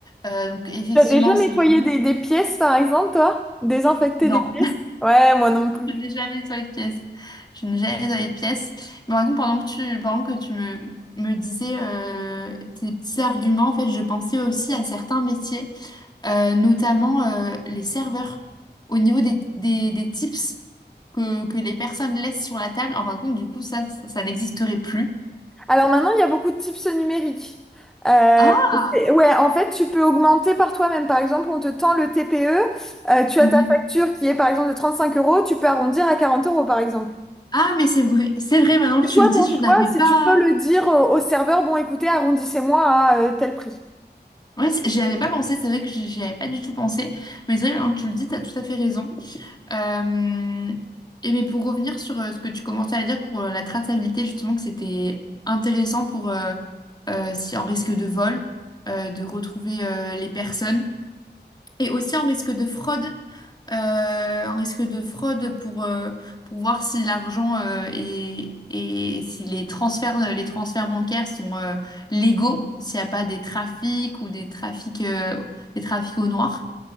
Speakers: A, on the left; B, in the centre.
A: Euh, donc effectivement,
B: T'as déjà
A: c'est
B: nettoyé
A: vraiment...
B: des, des pièces, par exemple, toi? Désinfecté
A: Non,
B: des pièces?
A: <laughs>
B: Ouais, moi non plus.
A: Je n'ai jamais nettoyé de pièce. Je n'ai jamais nettoyé de pièce. Mais par contre, pendant que tu, pendant que tu me, me disais euh, tes petits arguments, en fait, je pensais aussi à certains métiers, euh, notamment euh, les serveurs. Au niveau des, des, des tips que, que les personnes laissent sur la table, en fin de compte, du coup, ça, ça, ça n'existerait plus.
B: Alors maintenant, il y a beaucoup de tips numériques. Euh,
A: Ah,
B: c'est- ouais, en fait, tu peux augmenter par toi-même. Par exemple, on te tend le TPE, euh, tu
A: Mhm.
B: as ta facture qui est par exemple de 35 euros, tu peux arrondir à 40 euros, par exemple.
A: Ah, mais c'est vrai. C'est vrai, maintenant
B: C'est
A: que tu
B: toi
A: le dis,
B: ton choix,
A: je n'avais pas...
B: si tu peux le dire au, au serveur, bon écoutez, arrondissez-moi à euh, tel prix.
A: Ouais, c'est- j'y avais pas pensé. C'est vrai que j'y j'y avais pas du tout pensé. Mais c'est vrai, maintenant que tu le dis, tu as tout à fait raison. Euh, et mais pour revenir sur euh, ce que tu commençais à dire pour euh, la traçabilité, justement, que c'était intéressant pour euh, euh, si en risque de vol, euh, de retrouver euh, les personnes, et aussi en risque de fraude, euh, en risque de fraude pour, euh, pour voir si l'argent euh, est- et si les transferts, euh, les transferts bancaires sont euh, légaux, s'il n'y a pas des trafics ou des trafics, euh, des trafics au noir.